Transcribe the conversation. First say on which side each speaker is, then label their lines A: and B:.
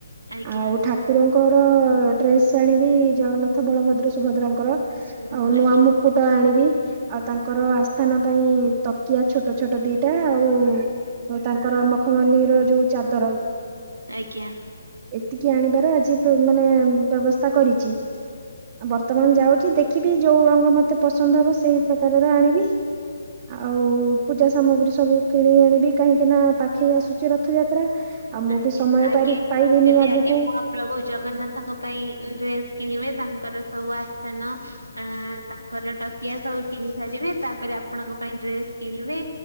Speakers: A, on the right; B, on the right.
A: ଆଜ୍ଞା
B: ଆଉ ଠାକୁରଙ୍କର ଡ୍ରେସ ଆଣିବି ଜଗନ୍ନାଥ, ବଳଭଦ୍ର, ସୁଭଦ୍ରାଙ୍କ ଙ୍କର
A: ଶୁଣ,
B: ଆଉ ନୂଆ
A: ଆଜ୍ଞା
B: ମୁକୁଟ ଆଣିବି। ଆଉ ତାଙ୍କର ଆସ୍ଥାନ ପାଇଁ ତକିଆ ଛୋଟ ଛୋଟ ଦିଟା ଆଉ ତାଙ୍କର ମଖମଲ୍ଲିୀ ର ଯୋଉ ଚାଦର
A: ଆଜ୍ଞା।
B: ଏତିକି ଆଣିବାର ଆଜି ମାନେ ବ୍ୟବସ୍ଥା କରିଛି। ବର୍ତ୍ତମାନ ଯାଉଛି ଦେଖିବି ଯୋଉ ରଙ୍ଗ ମତେ ପସନ୍ଦ ହବ ସେ ସେଇ ପ୍ରକାରର ଆଣିବି। ଆଉ ପୂଜା ସାମଗ୍ରୀ ସବୁ କିଣି ଆଣିବି କାହିଁକି ନା ପାଖେଇ ଆସୁଛି ରଥଯାତ୍ରା। ଆଉ ମୁଁ
A: ଆଜ୍ଞା
B: ବି ସମୟ
A: ଆଜ୍ଞା।
B: ପାରି ପାଇବିନି
A: ଯଦି
B: ଆଗକୁ
A: ଆଜ୍ଞା ମହାପ୍ରଭୁ ଜଗନ୍ନାଥଙ୍କ ପାଇଁ ଡ୍ରେସ୍ କିଣିବେ ତାଙ୍କର ସବୁ ଆସ୍ଥାନ ଅ ତାଙ୍କର ଟକିଆ ସବୁ କିଣୀ ସାରିବେ ତାପରେ ଆପଣଙ୍କ ପାଇଁ ଡ୍ରେସ କିଣିବେ